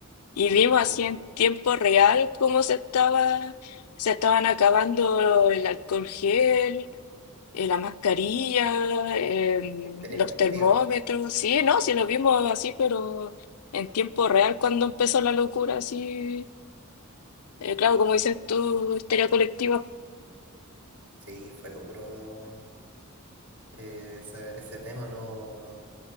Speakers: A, on the left; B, on the right.
A: y vimos
B: Uy,
A: así en tiempo real cómo se estaba, se estaban acabando el alcohol gel eh, la mascarilla, em,
B: la histeria
A: los
B: colectiva.
A: termómetros, sí, no, sí lo vimos así, pero en tiempo real cuando empezó la locura, así, eh, claro, como dices tú, histeria colectiva,
B: Sí, fue duro eh, ese, ese tema, no.